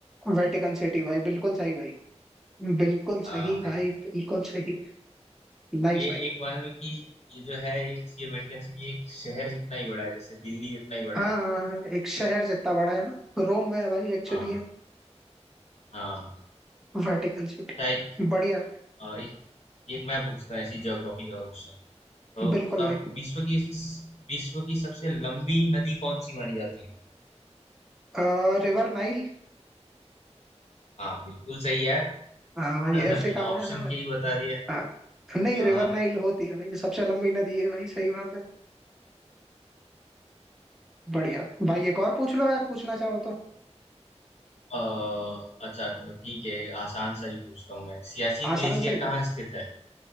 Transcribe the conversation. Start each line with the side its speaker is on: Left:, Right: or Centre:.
Centre: वेटिकन सिटी भाई बिल्कुल सही भाई बिल्कुल
Left: हाँ
Centre: सही
Left: भाई
Centre: भाई बिल्कुल सही नाइस
Left: ये
Centre: भाई
Left: एक मान लो कि ये जो है एक ये वेटिकन सिटी एक शहर जितना ही बड़ा है जैसे दिल्ली जितना ही बड़ा
Centre: हाँ
Left: है
Centre: हाँ हाँ, एक शहर जितना बड़ा है ना रोम में है भाई एक्चुअली
Left: हाँ
Centre: है
Left: हाँ
Centre: वेटिकन सिटी
Left: तो एक,
Centre: बढ़िया
Left: अ, एक, एक मैं पूछता हूँ ऐसी ज्योग्राफी का क्वेश्चन तो
Centre: बिल्कुल
Left: बताओ
Centre: भाई
Left: विश्व की विश्व की सबसे लंबी नदी कौन सी मानी जाती है
Centre: आ, रिवर नाइल
Left: हाँ बिल्कुल सही यार <laughs>
Centre: हाँ भाई
Left: बिना
Centre: अफ्रीका में
Left: ऑप्शन
Centre: है ना भाई
Left: के ही बता दिया
Centre: आ, नहीं
Left: अ,
Centre: रिवर नाइल होती है भाई सबसे लंबी नदी है भाई सही बात है बढ़िया भाई एक और पूछ लो यार पूछना चाहो तो
Left: अ, अच्छा तो ठीक है आसान सा ही पूछता हूँ मैं सियाचिन
Centre: आसान
Left: ग्लेशियर
Centre: सा ही पूछ
Left: कहाँ स्थित है